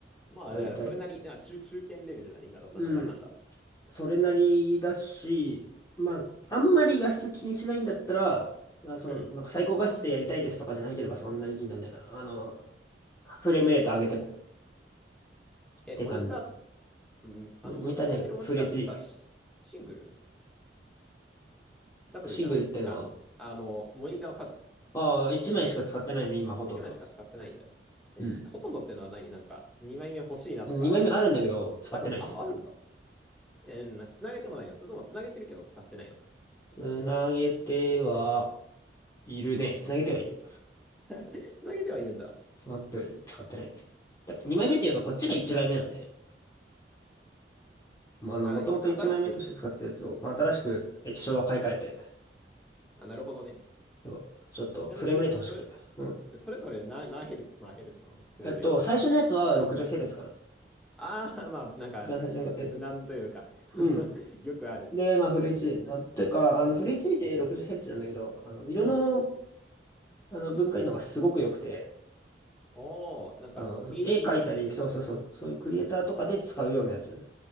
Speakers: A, in the centre; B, on the left.
A: ー、まあ、
B: だいたい。
A: じゃあそれなり、な中、中堅レベルだね、今だったらなんだかんだ。
B: うん。それなりだし、まあ、あんまり画質気にしないんだったら、まあ、そう、
A: うん
B: なんか最高画質でやりたいですとかじゃなければそんなに気にならないかな。あの、フレームレート上げてもっ
A: え、
B: て感じ。
A: モニター、うんあの、
B: 見たね、
A: モニ使ってるモニターってさ、
B: フレッチ
A: シ、シングルダブルじゃなくて、
B: シングルってのは、
A: あの、あの、モニターの数。
B: ああ、1枚しか使ってないね、今ほとんど。
A: 1枚しか使ってないんだ。え、
B: うん
A: ほとんどってのは何なんか、2枚目欲しいなとか、
B: 2枚目あるんだけど、使ってないね。
A: あるん、あ、あるんだ。えーなんか、つなげてもないのそれともつなげてるけど使ってないの
B: つなげてはいるね。つなげてはいる。
A: <laughs> つなげてはいるんだ。
B: つながってはいる。使ってないね。だ2枚目っていうか、こっちが1枚目なんだよね。まあ、あの、
A: あ、
B: もともと1枚目として使ってたやつを、
A: 何新しく、
B: まあ、新しく液晶は買い替えて、
A: あ、なるほどね。
B: そうちょっとフレームレート欲しくて。
A: えちなみに、それ、
B: うん。
A: それぞれ何、何ヘルツ、何ヘルツなのフレームレート。
B: えっと、最初のやつは 60Hz かな。
A: ああ、<laughs> まあ、なんか、
B: 一番最初に買ったやつ。
A: 無難というか
B: うん。
A: <laughs> よくある。
B: で、まあ、フル
A: あれだね。
B: HD。なんていうか、あの、フル HD で 60Hz なんだけど、あの、色の、
A: うん。
B: あの、分解能がすごく良くて、
A: ああ、なんか、
B: あの、
A: クリエイティブ用みたいな。
B: 絵描いたり、そうそうそう、そういうクリエイターとかで使うようなやつ。